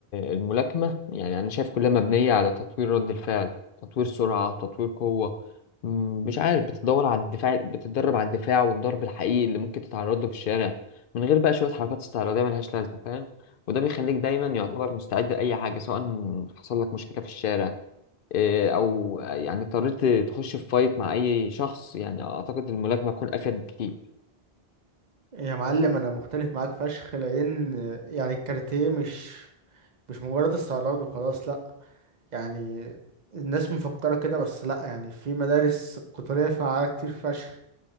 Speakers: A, on the left; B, on the right.
A: الملاكمه يعني انا شايف كلها مبنيه على تطوير رد الفعل تطوير سرعه تطوير قوه م، مش عارف بتدور على الدفاع بتتدرب على الدفاع والضرب الحقيقي اللي ممكن تتعرض له في الشارع من غير بقى شويه حركات استعراضيه ملهاش لازمه فاهم وده بيخليك دايما يعتبر مستعد لاي حاجه سواء حصل لك مشكله في الشارع إيه، او يعني اضطريت تخش في فايت مع اي شخص يعني اعتقد الملاكمه تكون افيد بكتير
B: يا معلم انا مختلف معاك فشخ لان يعني الكاراتيه مش مش مجرد استعراض وخلاص لا يعني الناس مفكرة كده بس لا يعني في مدارس قتالية فعالة كتير فشخ